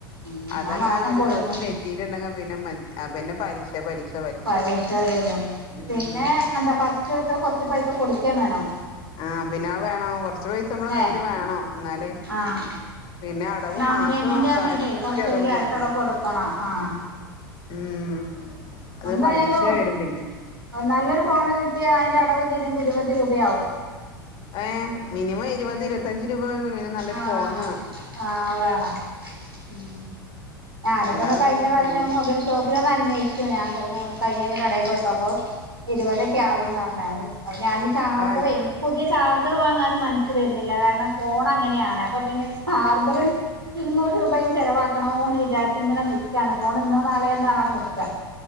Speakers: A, on the right (about 85°); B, on the left (about 40°).
A: ഉം
B: അതെങ്ങാന്
A: ആ മാസം
B: ഒരു
A: കൊടുക്കണം
B: ദിവസം തെറ്റ് റ്റീട്ട്ണ്ടെങ്കിൽ പിന്നെ മ പിന്നെ പലിശ പലിശ പലശ
A: പരീക്ഷ
B: പലിശ
A: വരും
B: ഉം
A: പിന്നെ എന്താ ഫസ്റ്റ്ത്തെ കൊറച്ച് പൈസ കൊടുക്കേം വേണം
B: ആഹ് പിന്നെ അത് വേണം കൊറച്ച് പൈസ നമ്മളെ
A: ല്ലേ
B: കയ്യില് വേണം ന്നല്
A: ആഹ്
B: പിന്നെ അടവ്
A: ഡൗൺ
B: മാസം
A: പേയ്മെന്റ് പറഞ്ഞിട്ടേ
B: കറക്റ്റ്
A: കൊറച്ചൊരു
B: അടവ്
A: ക്യാഷ്
B: കൊടുക്കും
A: അവിടെ കൊടുക്കണം ആഹ്
B: ഉം അത്
A: എന്തായാലും
B: പലിശ വരും പിന്നെ
A: നല്ലൊരു ഫോണ് കിട്ടിയ അതിന്റെ അടവ് തീരുമ്പോ ഇരുപത് രൂപയാവും
B: ഏഹ് മിനിമം ഇരുപത് ഇരുപത്തഞ്ച് രൂപ <unintelligible>
A: ആഹ്
B: ഫോണിന്
A: ആഹ് അത് വേണം ഉം ഞാൻപ്പന്നെ
B: അല്ലാതൊന്നും
A: കഴിഞ്ഞ പ്രാവശ്യം
B: ഫോൺ
A: മൊബൈൽ ഷോപ്പിലൊന്നന്വേഷിച്ചു ഞാൻ കഴിഞ്ഞഴ്ച്ച കടേ പോയപ്പൊ അപ്പൊ ഇരുപതൊക്കെ ആകുന്നർഞ്ഞു ഞാന് ചാർജറെ
B: ആഹ്
A: പുതിയ ചാർജറ് വാങ്ങാനും മനസ്സ് വര്ന്നില്ല കാരണം മ്മ അങ്ങനെയാണ് അപ്പൊ പിന്നെ ചാർജറ് ഇരുന്നൂറ് രൂപയ്ന് ചെലവാക്കണോ ന്ന് വിചാരിച്ച് ങ്ങനെ നിക്കാണ് ഫോണ് ഇന്നോ നാളെയന്ന് പറഞ്ഞണ്ട് നിക്കാ